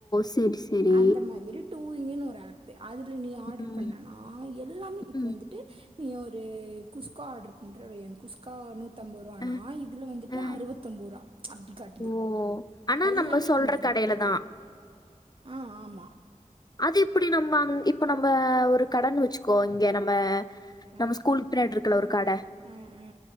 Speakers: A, on the left; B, on the right.
A: செரி செரி
B: அந்த மாதிரி டூயிங்குனு ஒரு ஆப்பு அதுல நீ ஆர்டர்
A: ம்
B: பண்ணனா எல்லாமே இப்போ
A: ம்
B: வந்துட்டு நீ ஒரு குஸ்கா ஆர்டர் பண்ற வெய் குஸ்கா நூத் தம்பூருவானா
A: அஹ்,
B: இதுல வந்துட்டு
A: அஹ்.
B: அறுவத்தொம்பூருவா அப்டி காட்டுது
A: ஓ ஆனா
B: எல்லாமே
A: நம்ம சொல்ற
B: கம்மி ரேட்டு
A: கடைல தா
B: ஆ ஆமா
A: அதெப்டி நம்ம அம் இப்ப நம்ப ஒரு கடனு வெச்சுக்கோ இங்க நம்ம
B: ஆ
A: நம்ம ஸ்கூலுக்கு பின்னாடிருக்குல ஒரு கட
B: ஆ ஆ